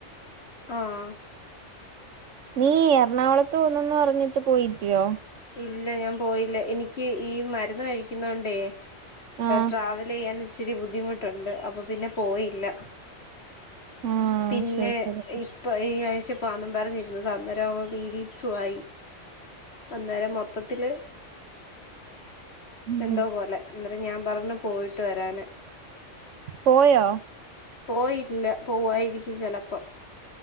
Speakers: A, on the left (about 55°); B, on the right (about 75°).
A: ആഹ്
B: നീ എറണാകുളത്ത് പോകുന്നെന്ന് പറഞ്ഞിട്ട് പോയില്ലയോ.
A: ഇല്ല ഞാൻ പോയില്ല എനിക്ക് ഈ മരുന്ന് കഴിക്കുന്നോണ്ടേ.
B: ആഹ്
A: ട്രാവല് ചെയ്യാൻ ഒരു. ഇച്ചിരി ബുദ്ധിമുട്ടുണ്ട് അപ്പൊ പിന്നെ പോയില്ല.
B: ആഹ്
A: പിന്നെ
B: ശരി ശരി
A: ഇപ്പൊ ഈ ആഴ്ച. പോകാന്നും പറഞ്ഞിരുന്നതാ അന്നേരം പിരീഡ്സുമായി. അന്നേരം മൊത്തത്തില്.
B: ഉം
A: എന്തോ പോലെ എന്നേരം ഞാൻ. പറഞ്ഞു പോയിട്ട് വരാന്.
B: പോയോ
A: പോയില്ല പോവായിരിക്കും ചെലപ്പം.